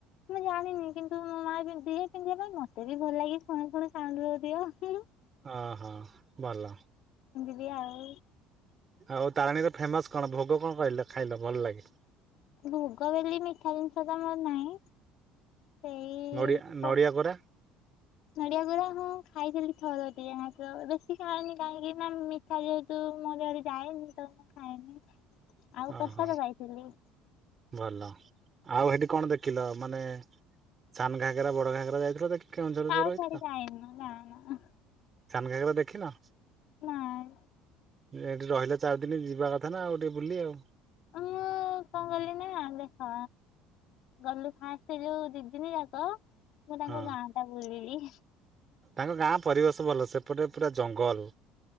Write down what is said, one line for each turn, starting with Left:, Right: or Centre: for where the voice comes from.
Left: ମୁଁ ଜାଣିନି କିନ୍ତୁ ମୋ ମା ଦିଏ ପିନ୍ଧିବା ପାଇଁ ମତେ ବି ଭଲ ଲାଗେ ପୁଣି ଫୁଣି ସାଉଣ୍ଡ ହୋଉଥିବ।
Right: ହ ହଁ ଭଲ।
Left: ନି ଆଉ।
Right: ଆଉ ତାରିଣୀରେ ଫେମସ କଣ ଭୋଗ କଣ କହିଲେ ଖାଇଲ ଭଲ ଲାଗେ?
Left: ଭୋଗବେଲି ମିଠା ଜିଣିସ ତ ମର ନାହିଁ ସେଇ
Right: ନଡ଼ିଆ ନଡ଼ିଆ କୋରା
Left: ନଡିଆ କୂରା ହଁ ଖାଇଥିଲି ଥର ଟିଏ ମାତ୍ର ବେଶୀ ଖାଏନି କାହିଁକି ନା ମିଠା ଯେହେତୁ ଏ ସବୁ ମୋ ଦେହରେ ଯାଏନି ତ ମୁ ଖାଏନି ଆଉ
Right: ଓହୋ
Left: ପ୍ରସାଦ ପାଇଥିଲି।
Right: ଭଲ ଆଉ ହେଠି କଣ ଦେଖିଲ? ମାନେ ସାନ ଘାଗରା ବଡ ଘାକରା ଯାଇଥିଲ ଦେଖି? କେଉଁଝର ଯୋଉ
Left: ଆଉ
Right: ରହିଥିଲ
Left: କୁଆଡେ଼ ଯାଇନି ନା ନା
Right: ସାନ ଘାଗରା ଦେଖିନ?
Left: ନାଇ।
Right: ହେଠି ରହିଲ ଚାରି ଦିନ ଯିବା କଥା ନା ଆଉ ଟିକେ ବୁଲି ଆଉ।
Left: ମୁଁ କଣ କଲି ନା ଦେଖ ଗଲୁ ଫାଷ୍ଟ ଯୋଉ ଦି ଦିନ ଯ କ ମୁଁ ତାଙ୍କ
Right: ହଁ
Left: ଗାଁ ଟା ବୁଲିଲି
Right: ତାଙ୍କ ଗାଁ ପରିବେଶ ଭଲ ସେପଟେ ପୁରା ଜଙ୍ଗଲ।